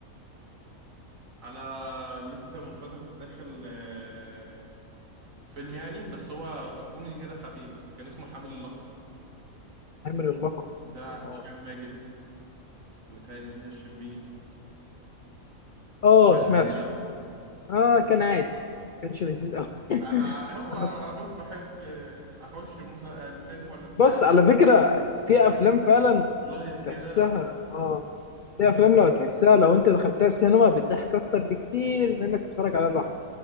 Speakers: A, on the right (about 65°); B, on the left (about 80°).
A: انا لسه من فتره كنت داخل آه، فيلم يعني بس هو كوميدي كده خفيف كان اسمه حامل اللقب
B: عامل اللقب
A: بتاع هشام
B: اه
A: ماجد وتهيألي دينا الشربيني
B: اه
A: كان
B: سمعته
A: لذيذ قوي
B: اه كان عادي كانش لذيذ قوي <coughs>
A: انا
B: <laughs>
A: ع- هو
B: انا
A: عاوز بحب آه، اخش المسا- الفيلم ولا بتاع
B: بص على
A: لو في
B: فكره في
A: جديد
B: افلام فعلا
A: ولايت
B: تحسها
A: كده
B: اه في افلام لو تحسها لو انت دخلتها السينما بتضحك اكتر بكتير من انك تتفرج عليها لوحدك